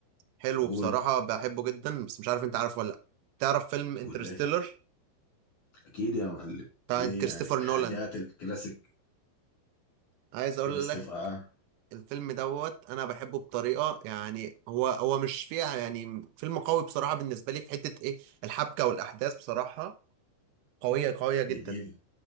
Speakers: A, on the right (about 85°); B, on the left (about 50°).
A: حلو
B: قول
A: بصراحه بحبه جدا بس مش عارف انت عارفه ولا لا تعرف فيلم انترستيلر
B: قول ليه أكيد يا معلم
A: بتاع
B: دي
A: كريستوفر
B: يعني من الحاجات
A: نولان
B: الكلاسيك
A: عايز اقول
B: كريستف
A: لك
B: آه
A: الفيلم دوت انا بحبه بطريقه يعني هو هو مش فيها يعني فيلم قوي بصراحه بالنسبه لي في حته ايه الحبكه والاحداث بصراحه قويه قويه جدا
B: جميل